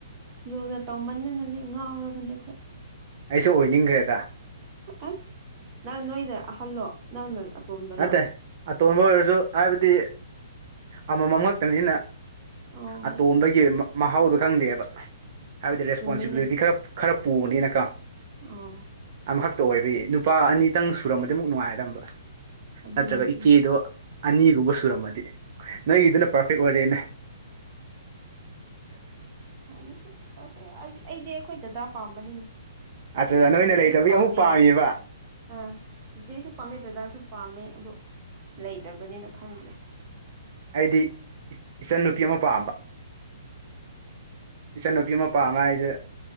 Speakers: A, on the right; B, on the right.
A: ꯂꯨꯅ ꯇꯧꯃꯟꯅꯅꯅꯦ ꯉꯥꯎꯔꯕꯅꯦ ꯑꯩꯈꯣꯏ
B: ꯑꯩꯁꯨ ꯑꯣꯏꯅꯤꯡꯈ꯭ꯔꯦꯗ
A: ꯑꯁ ꯅꯪ ꯅꯣꯏꯅ ꯑꯍꯜꯂꯣ ꯅꯪꯅ ꯑꯇꯣꯝꯕꯔꯣ
B: ꯅꯠꯇꯦ ꯑꯇꯣꯟꯕ ꯑꯣꯏꯔꯁꯨ ꯍꯥꯏꯕꯗꯤ ꯑꯃꯃꯝ ꯉꯛꯇꯅꯤꯅ
A: ꯑꯣ
B: ꯑꯇꯣꯝꯕꯒꯤ ꯃꯍꯥꯎꯗꯣ ꯈꯪꯗꯦꯕ ꯍꯥꯏꯕꯗꯤ ꯔꯦꯁꯄꯣꯟꯁꯤꯕꯤꯂꯤꯇꯤ
A: ꯆꯨꯝꯃꯤꯅꯦ
B: ꯈꯔ ꯈꯔ ꯄꯨꯕꯅꯤꯅꯀꯥ
A: ꯑꯣ
B: ꯑꯃꯈꯛꯇ ꯑꯣꯏꯕꯒꯤ ꯅꯨꯄꯥ ꯑꯅꯤꯇꯪ ꯁꯨꯔꯝꯕꯗꯤ ꯑꯃꯨꯛ ꯅꯨꯡꯉꯥꯏꯗꯝꯕ
A: ꯑꯗꯨꯅꯦ
B: ꯅꯠꯇ꯭ꯔꯒ
A: ꯑꯗꯨꯅꯦ
B: ꯏꯆꯦꯗꯣ ꯑꯅꯤꯒꯨꯝꯕ ꯁꯨꯔꯝꯃꯗꯤ ꯅꯣꯏꯒꯤꯗꯨꯅ ꯄꯥꯔꯐꯦꯛ ꯑꯣꯏꯔꯦꯅꯦ
A: ꯑꯁꯨ ꯑꯩ ꯑꯩꯗꯤ ꯑꯩꯈꯣꯏꯗꯗꯥ ꯄꯥꯝꯕꯅꯤꯅꯦ
B: ꯑꯠꯆꯥ
A: ꯑꯩꯈꯣꯏ
B: ꯅꯣꯏꯅ
A: ꯆꯤꯆꯦꯁꯨ
B: ꯂꯩꯇꯕꯒꯤ
A: ꯄꯥꯝꯃꯦ
B: ꯑꯃꯨꯛ ꯄꯥꯝꯃꯤꯕ
A: ꯑꯥ ꯆꯤꯆꯦꯁꯨ ꯄꯥꯝꯃꯦ ꯗꯗꯥꯁꯨ ꯄꯥꯝꯃꯦ ꯑꯗꯣ ꯂꯩꯇꯕꯅꯤꯅ ꯈꯪꯗ꯭ꯔꯦ
B: ꯍꯥꯏꯗꯤ ꯏꯆꯟꯟꯅ ꯅꯨꯄꯤ ꯑꯃ ꯄꯥꯝꯕ ꯏꯆꯟꯅꯨꯄꯤ ꯃꯄꯥꯝ ꯑꯃ ꯍꯥꯏꯁꯦ